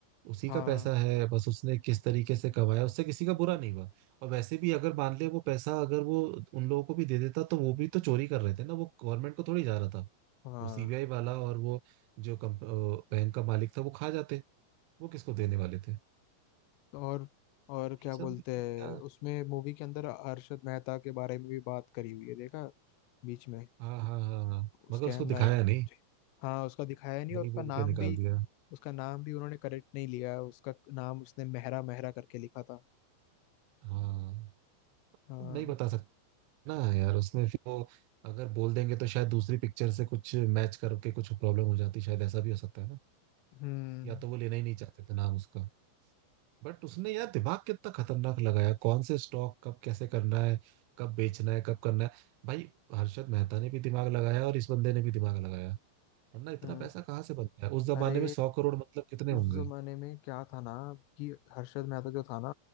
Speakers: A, on the right; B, on the left.
A: उसी
B: हाँ
A: का पैसा है बस उसने किस तरीके से कमाया उससे किसी का बुरा नहीं हुआ और वैसे भी अगर मान ले वो पैसा अगर वो उन लोगों को भी दे देता तो वो भी तो चोरी कर रहे थे ना वो गवर्नमेंट को थोड़ी जा रहा था
B: हाँ
A: वो सीबीआई वाला और वो जो कंप- अ, बैंक का मालिक था वो खा जाते वो किसको देने वाले थे
B: तो और और
A: ये
B: क्या
A: सब
B: बोलते
A: क्या
B: हैं उसमें मूवी के अंदर अरशद मेहता के बारे में भी बात करी हुई है देखा बीच में
A: हाँ हाँ हाँ हाँ। मगर
B: स्कैम
A: उसको
B: नाइन
A: दिखाया नहीं
B: हाँ उसका दिखाया नहीं
A: बोल
B: और उसका
A: बोल
B: नाम
A: के निकाल
B: भी
A: दिया
B: उसका नाम भी उन्होंने करेक्ट नहीं लिया है। उसका नाम उसने मेहरा मेहरा करके लिखा था
A: हाँ
B: हाँ
A: अब नहीं बता सकते ना यार उसने फिर वो अगर बोल देंगे तो शायद दूसरी पिक्चर से कुछ मैच करके कुछ प्रॉब्लम हो जाती शायद ऐसा भी हो सकता है ना
B: हम्म
A: या तो वो लेना ही नहीं चाहते थे नाम उसका बट उसने यार दिमाग कितना खतरनाक लगाया कौन से स्टॉक कब कैसे करना है कब बेचना है कब करना है भाई हर्षद मेहता ने भी दिमाग लगाया और इस बंदे ने भी दिमाग लगाया वरना इतना
B: हम्म
A: पैसा कहाँ से बनता है उस जमाने
B: अरे
A: में सौ करोड़ मतलब कितने होंगे
B: उस जमाने में क्या था ना कि हर्षद मेहता जो था ना